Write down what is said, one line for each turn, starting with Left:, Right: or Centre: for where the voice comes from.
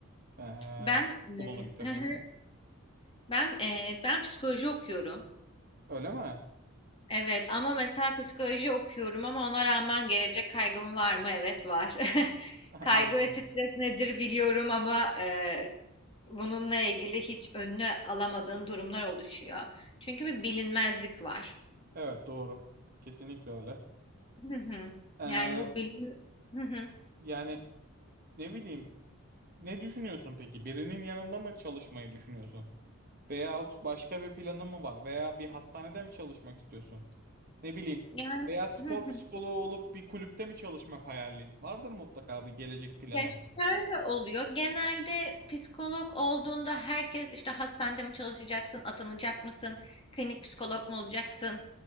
Right: Ee,
Left: Ben e,
Right: okulunu bitirdiğin.
Left: <laughs> hı hı. ben e, ben psikoloji okuyorum.
Right: Öyle mi? <laughs>
Left: Evet ama mesela psikoloji okuyorum ama ona rağmen gelecek kaygım var mı? Evet var. <laughs>
Right: Anladım.
Left: Kaygı ve stres nedir biliyorum ama e, bununla ilgili hiç önüne alamadığım durumlar oluşuyor. Çünkü bir bilinmezlik var.
Right: Evet doğru. Kesinlikle öyle.
Left: Hı hı.
Right: Ee,
Left: Yani bu bilin Hı hı.
Right: yani ne bileyim Ne düşünüyorsun peki? Birinin yanında mı çalışmayı düşünüyorsun? Veyahut başka bir planın mı var? Veya bir hastanede mi çalışmak istiyorsun? Ne bileyim.
Left: yani
Right: Veya spor
Left: <laughs>
Right: psikoloğu olup bir kulüpte mi çalışmak hayalin? Vardır mutlaka bir gelecek planı.
Left: Ya şöyle oluyor. Genelde psikolog olduğunda herkes işte hastanede mi çalışacaksın, atanacak mısın, klinik psikolog mu olacaksın?